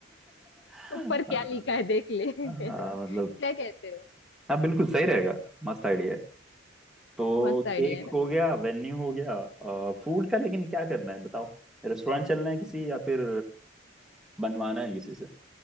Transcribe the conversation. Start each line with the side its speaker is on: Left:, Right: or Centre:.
Left: <laughs>
Centre: हाँ
Left: ऊपर क्या लिखा है देख ले <laughs>
Centre: हाँ, मतलब
Left: क्या कहते हो
Centre: हाँ बिल्कुल सही रहेगा मस्त आइडिया है तो
Left: मस्त आइडिया
Centre: केक
Left: है ना
Centre: हो गया वेन्यू हो गया फूड का लेकिन क्या करना है बताओ रेस्टोरेंट चलना है किसी या फिर बनवाना है किसी से